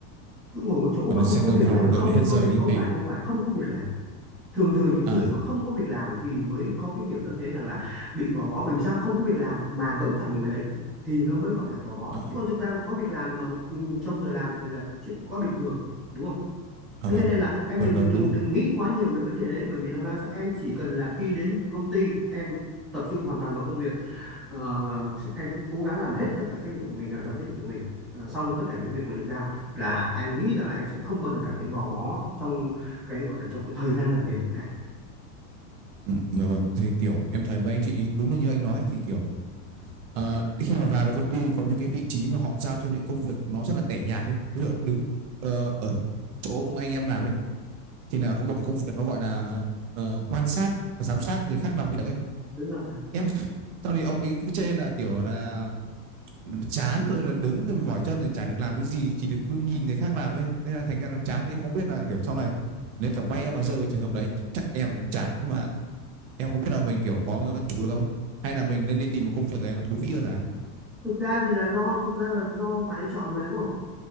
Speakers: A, in the centre; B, on the right.
A: cứ ngồi một chỗ
B: còn
A: mà
B: là
A: không
B: xem
A: có
B: đồng
A: việc
B: hồ
A: làm
B: đợi
A: không
B: để hết giờ
A: có việc
B: đi
A: không
B: về
A: phải không phải không có việc làm thường thường những
B: à
A: người mà không có việc làm thì mới có cái kiểu tâm thế rằng là bị gò bó bởi vì sao không có việc làm mà vẫn phải ngồi đấy thì nó mới gọi là gò bó
B: à
A: chứ còn thực ra mà có việc làm mà ừ, trong giờ làm thì là chuyện quá bình thường đúng không
B: à
A: Thế
B: vâng
A: cho nên là em
B: vâng
A: đừng
B: đúng
A: đừng
B: đúng
A: đừng nghĩ quá nhiều về vấn đề đấy bởi vì rằng là em chỉ cần là khi đến công ty em tập trung hoàn toàn vào công việc Ờ, em cứ cố gắng làm hết tất cả trách nhiệm của mình làm tròn trách nhiệm của mình Ờ, xong tất cả những việc mà được giao là anh nghĩ rằng là em sẽ không bao giờ cảm thấy gò bó trong cái gọi là trong cái thời gian làm việc nữa cả.
B: ừ, dạ vâng thì kiểu em thấy mấy anh chị đúng là như anh nói thì kiểu Ờ, khi mà vào được công ty có những cái vị trí mà họ giao cho những công việc nó rất là tẻ nhạt ấy. Ví dụ đứng ờ, ở chỗ ông anh em làm ấy thì là có một cái công việc nó gọi là ờ, quan sát và giám sát người khác làm việc ấy.
A: Đúng rồi.
B: Em sau thì ông ấy cứ chê là kiểu là chán rồi là đứng rồi mỏi chân rồi chả được làm cái gì chỉ được cứ nhìn người khác làm ấy. Nên là thành ra là chán thì em không biết là kiểu sau này nếu chẳng may em mà rơi vào trường hợp đấy chắc em cũng chán mà em không biết là mình kiểu có trụ được không ấy. Hay là mình nên đi tìm một công việc này nó thú vị hơn này.
A: Thực ra thì là do thực ra là do bạn ấy chọn mà đúng không?